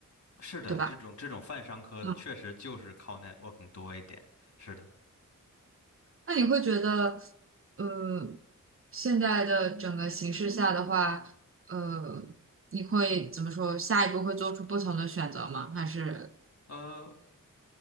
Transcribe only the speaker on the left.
是的，
这种这种泛商科的确实就是靠
networking 多一点。是的，
呃，